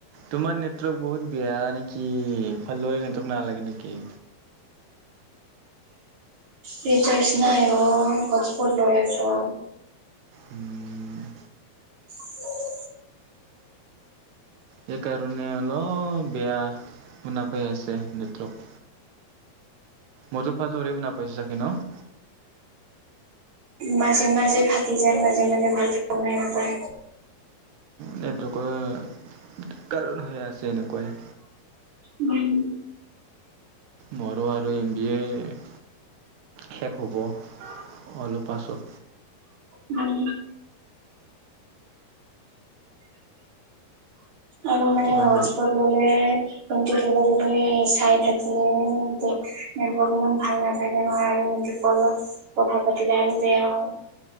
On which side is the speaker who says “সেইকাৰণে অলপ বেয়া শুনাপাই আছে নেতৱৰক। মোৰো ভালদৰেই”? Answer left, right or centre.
Right